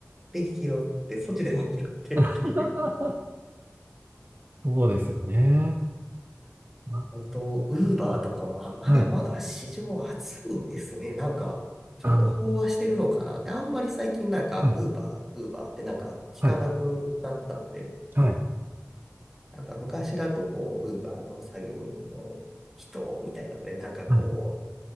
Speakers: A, in the centre; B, on the right (about 40°).
A: て拾ってそっちでも拾ってっていう
B: <laughs> そうですよね。ま
A: 本当ウーバーとかもあまだまだ市場熱いんですねなんかちょっと飽和してるのかなって、
B: あはい。あ
A: あんまり最近なんか、
B: あ、はい、
A: ウーバー、ウーバーってなんか聞かなくなったんで、
B: はい、はい、
A: なんか昔だとこう、ウーバーの作業員の人みたいなので、なんかこ
B: はい、